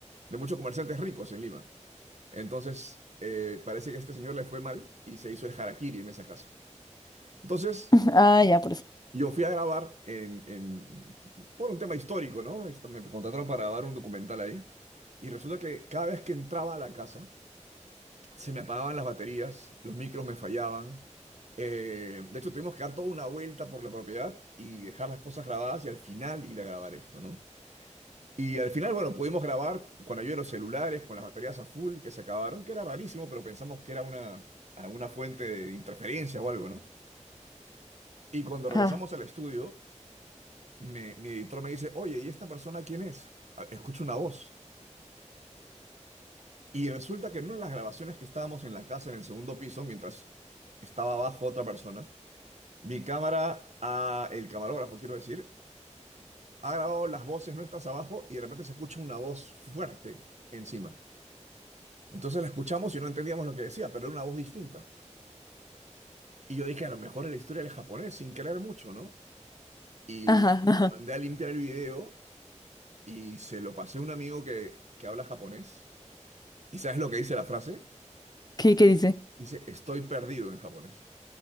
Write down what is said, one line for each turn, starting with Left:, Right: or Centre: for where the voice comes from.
Right: de muchos comerciantes ricos en Lima. Entonces, eh, parece que a este señor le fue mal y se hizo el harakiri en esa casa. Entonces,
Left: <laughs> Ah, ya, por eso.
Right: yo fui a grabar en, en- por un tema histórico, ¿no? Esta- Me contrataron para grabar un documental ahí y resulta que cada vez que entraba a la casa, se me apagaban las baterías, los micros me fallaban. Eh, de hecho, tuvimos que dar toda una vuelta por la propiedad y dejar las cosas grabadas y al final ir a grabar esto, ¿no? Y al final, bueno, pudimos grabar con ayuda de los celulares, con las baterías a full que se acabaron, que era rarísimo, pero pensamos que era una, alguna fuente de interferencia o algo, ¿no? Y cuando
Left: Ajá.
Right: regresamos al estudio, me- mi editor me dice, oye, ¿y esta persona quién es? "Ah, Escucho una voz. Y resulta que en una de las grabaciones que estábamos en la casa, en el segundo piso, mientras estaba abajo otra persona, mi cámara, a el camarógrafo, quiero decir, ha grabado las voces nuestras abajo y de repente se escucha una voz fuerte encima. Entonces la escuchamos y no entendíamos lo que decía, pero era una voz distinta. Y yo dije, a lo mejor es la historia del japonés, sin creer mucho, ¿no? Y
Left: Ajá, ajá.
Right: mandé a limpiar el video y se lo pasé a un amigo que, que habla japonés. ¿Y sabes lo que dice la frase?
Left: ¿Qué, qué dice?
Right: Dice, estoy perdido en japonés.